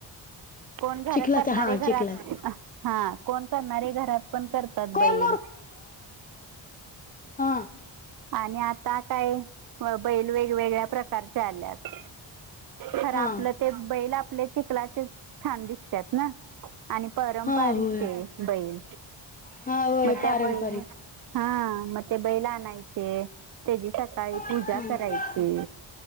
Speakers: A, on the right (about 45°); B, on the left (about 20°).
A: कोण घर
B: चिखलाच
A: करणारे
B: हा
A: घरात
B: चिखलाच
A: हां. कोण करणारे घरात पण करतात
B: कोण
A: बैल.
B: हां.
A: आणि आता काय बैल वेगवेगळ्या प्रकारचे आल्यात. खर
B: हा.
A: आपलं ते बैल आपले चिखलाचे छान दिसतात ना, आणि परंपारिक
B: हा होय
A: ते. बैल.
B: हा होय
A: म त्या
B: पारंपरिक
A: बैल हं, मग ते बैल आणायचे, तेची सकाळी पूजा
B: हा
A: करायची.